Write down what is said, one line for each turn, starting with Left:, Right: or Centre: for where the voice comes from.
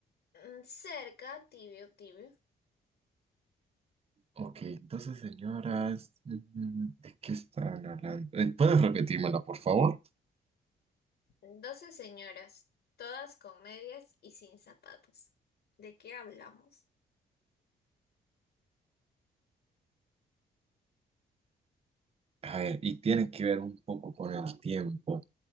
Left: Mm, Cerca, tibio, tibio.
Right: Ok, entonces señoras, mm, ¿de qué están hablando? Eh, ¿Puedes repetírmela, por favor?
Left: doce señoras, todas con medias y sin zapatos. ¿De qué hablamos?
Right: A ver, y tiene que ver un poco con el tiempo.